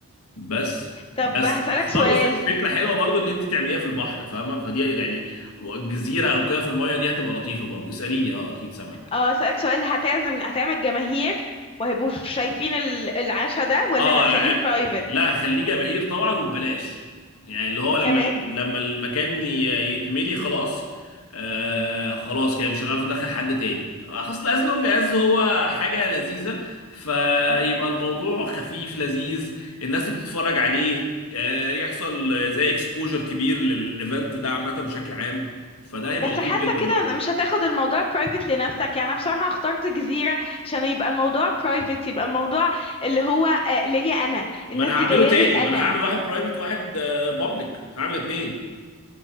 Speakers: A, on the left (about 80°); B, on the left (about 25°).
A: بس
B: طب
A: بس
B: هسألك
A: بس
B: سؤال
A: برضه ف- فكرة حلوة برضه ان انت تعمليها في البحر فاهمة فدي يعني جزيرة او كده في المايه دي هتبقى لطيفة برضه اسأليني اه اكيد سامع
B: اه هسألك سؤال هتعزم هتعمل جماهير وهيبقوا شايفين ال- العشاء ده ولا
A: اه
B: هتخليه برايفت
A: لا خليه جماهير طبعا وببلاش يعني اللي هو لما
B: كمان
A: لما المكان ي- يتملي خلاص آه خلاص كده مش هنعرف ندخل حد تاني آه، خلاص لاز لونج از هو حاجه لذيذه فيبقى الموضوع خفيف لذيذ الناس بتتفرج عليه آه يحصل زي اكسبوجر كبير للايفنت ده عامه بشكل عام فده هيبقى
B: بس
A: لطيف
B: حاسة
A: جدا
B: كده
A: برضه
B: ان مش هتاخد الموضوع برايفت لنفسك يعني انا بصراحة اخترت جزيرة عشان يبقى الموضوع برايفت يبقى الموضوع اللي هو آه، ليا انا
A: ما
B: الناس
A: انا
B: دي
A: هعمله
B: جاية
A: تاني
B: لي انا
A: ما انا هعمل واحد برايفت وواحد بابليك هعمل اتنين